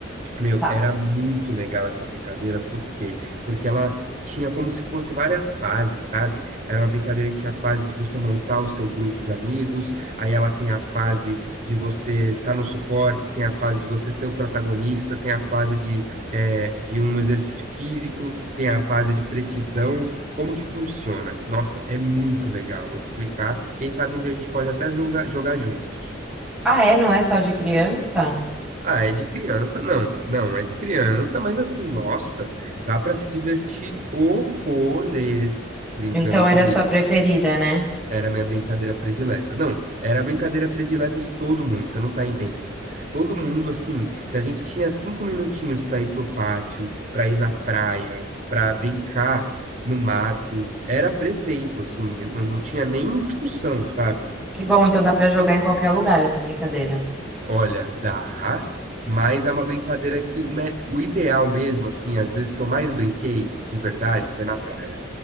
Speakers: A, on the right; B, in the centre.
A: Meu,
B: Tá.
A: era muito legal essa brincadeira, por quê? Porque ela tinha como se fosse várias fases, sabe? Era uma brincadeira que tinha a fase de você montar o seu grupo de amigos, aí ela tem a fase de você estar no suporte, tem a fase de você ser o protagonista, tem a fase de, é, de um exercício físico, tem a fase de precisão. Como que funciona? Nossa, é muito legal, vou te explicar. Quem sabe um dia a gente pode até jogar, jogar juntos.
B: Ah, é? Não é só de criança?
A: Ah, é de criança? Não, não, é de criança, mas assim, nossa, dá pra se divertir horrores brincando
B: Então era
A: com
B: a sua
A: isso.
B: preferida, né?
A: Era a minha brincadeira predileta. Não, era a brincadeira predileta de todo mundo, você não tá entendendo. Todo mundo, assim, se a gente tinha cinco minutinhos pra ir pro pátio, pra ir na praia, pra brincar no mato, era prefeito, assim, não, não tinha nem discussão, sabe?
B: Que bom, então dá pra jogar em qualquer lugar essa brincadeira.
A: Olha, dá, mas é uma brincadeira que o, me- o ideal mesmo, assim, às vezes que eu mais brinquei de verdade foi na praia.